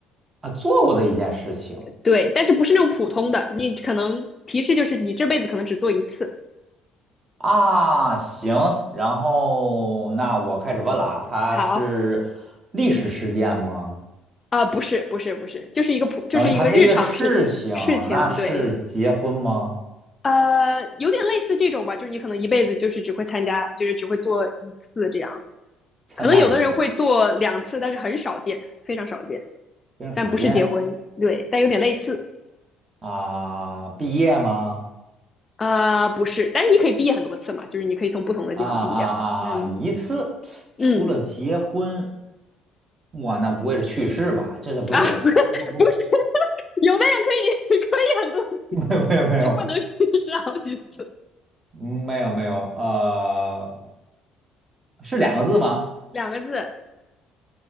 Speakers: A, on the right; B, on the left.
A: 啊，做过的一件事情
B: 对，但是不是那种普通的，你可能提示就是你这辈子可能只做一次，
A: 啊，行，然后那我开始问了啊，它是历史事件吗？
B: 好。啊，不是不是不是，就是一个普，就是一个日常事情事情，
A: 等于它是一个事情，那是结婚吗？
B: 对，呃，有点类似这种吧，就是你可能一辈子就是只会参加，就是只会做一次这样，
A: 参加一次，
B: 可能有的人会做两次，但是很少见，非常少见，
A: 非常少见
B: 但不是结婚，对，但有点类似，
A: 啊，毕业吗？
B: 呃，不是，但是你可以毕业很多次嘛，就是你可以从不同的地方毕业嘛，
A: 啊啊啊啊，
B: 嗯
A: 一次，
B: 嗯
A: 除了结婚，哇，那不会是去世吧？这这不对呀，
B: 啊，<laughs>
A: 这不不不，
B: 不是，有的人可以 <laughs> 可以很多，
A: <laughs> 没有没有没有
B: 也不能 <laughs> 是好几次，
A: 没有没有，呃，是两个字吗？
B: 两个字，